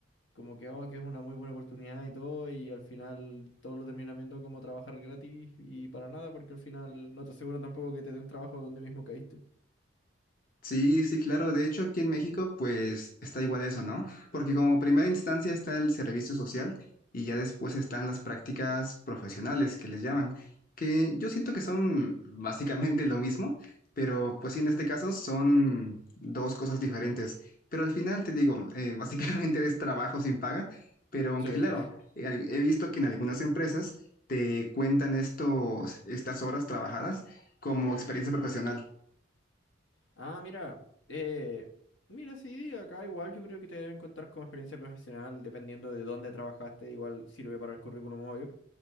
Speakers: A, on the left; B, on the left.
A: como que, oh, que es una muy buena oportunidad y todo, y al final todo lo terminan viendo como trabajar gratis y para nada, porque al final no te asegura tampoco que te den trabajo donde mismo caíste.
B: Sí, sí, claro. De hecho, aquí en México, pues está igual eso, ¿no? Porque como primera instancia está el servicio social y ya después están las prácticas profesionales que les llaman, que yo siento que son básicamente lo mismo, pero pues sí, en este caso son dos cosas diferentes. Pero al final te digo, eh, <laughs> básicamente es trabajo sin paga, pero aunque
A: Sí.
B: claro, eh, he visto que en algunas empresas te cuentan estos, estas horas trabajadas como experiencia profesional.
A: Ah, mira, eh, mira, sí, acá igual yo creo que te deben contar como experiencia profesional, dependiendo de dónde trabajaste, igual sirve para el currículum, obvio.